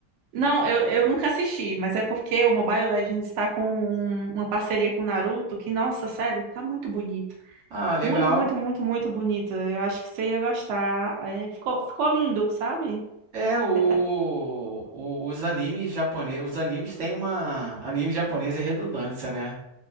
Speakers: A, on the right (about 80°); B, on the right (about 50°).
A: Não, eu, eu nunca assisti, mas é porque o Mobile Legends está com um- uma parceria com o Naruto que, nossa, sério, tá muito bonito.
B: Ah, legal.
A: Muito, muito, muito, muito bonito. Eu acho que você ia gostar. É, ficou, ficou lindo, sabe?
B: É, o,
A: É, tá-
B: o- os animes japoneses, os animes têm uma, anime japonês é redundância, né?